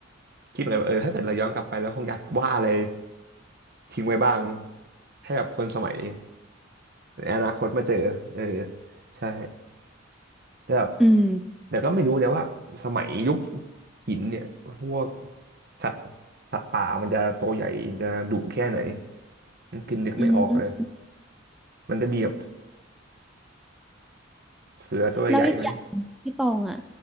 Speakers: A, on the right; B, in the centre.
A: คิดเหมือนกันว่าเออถ้าเกิดเราย้อนกลับไปแล้วคงอยากวาดอะไรทิ้งไว้บ้างให้แบบคนสมัย ในอนาคตมาเจอเออใช่แต่แบบ
B: อืม
A: แต่ก็ไม่รู้นะว่าสมัยยุคหินเนี่ยพวกสัตว์สัตว์ป่ามันจะตัวใหญ่จะดุแค่ไหนมันคือนึกไม่ออกเลย
B: อืม
A: มันจะมีแบบเสือตัวใหญ่ไหม
B: แล้วอีกอย่างที่ตองอ่ะ